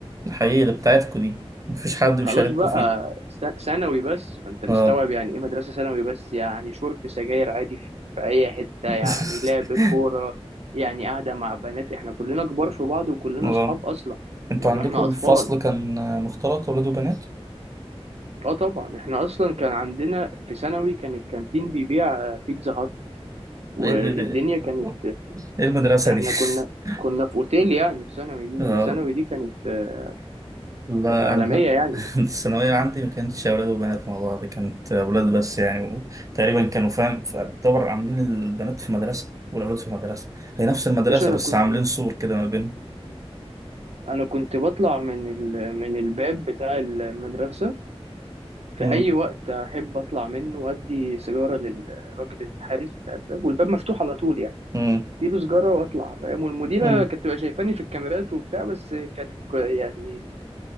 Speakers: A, on the right (about 30°); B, on the right (about 80°).
A: الحقيقة اللي بتاعتكوا دي مفيش حد
B: خلاص
A: بيشارككوا
B: بقى
A: فيها
B: س- ثانوي بس فانت مستوعب
A: اه
B: يعني ايه مدرسة ثانوي بس يعني شرب سجاير عادي في في اي حتة
A: <laughs>
B: يعني لعب كورة يعني قاعدة مع بنات احنا كلنا كبار في بعض وكلنا
A: اه
B: اصحاب اصلا
A: انتوا
B: من
A: عندكوا
B: واحنا اطفال
A: الفصل كان مختلط ولاد وبنات؟
B: اه طبعا احنا اصلا كان عندنا في ثانوي كان الكانتين بيبيع آه، بيتزا هات والدنيا
A: ايه إيه-
B: كانت
A: إيه المدرسة
B: احنا
A: دي؟ <laughs>
B: كنا كنا في اوتيل يعني في ثانوي دي
A: اه
B: ده ثانوي دي كانت آه،
A: لا
B: كانت عالمية
A: انا
B: يعني
A: الثانوية عندي ما كانتش أولاد وبنات مع بعض كانت أولاد بس يعني تقريبا كانوا فاهم يعتبر عاملين البنات في مدرسة والأولاد في مدرسة هي نفس المدرسة
B: باشا انا
A: بس
B: كنت
A: عاملين سور كده ما بين
B: انا كنت بطلع من ال... من الباب بتاع المدرسة في
A: امم
B: أي وقت أحب أطلع منه وأدي سيجارة للراجل الحارس بتاع الباب والباب مفتوح على طول يعني
A: امم
B: أديله سيجارة وأطلع فاهم والمديرة
A: امم
B: كانت تبقى شايفاني في الكاميرات وبتاع بس كانت كو- يعني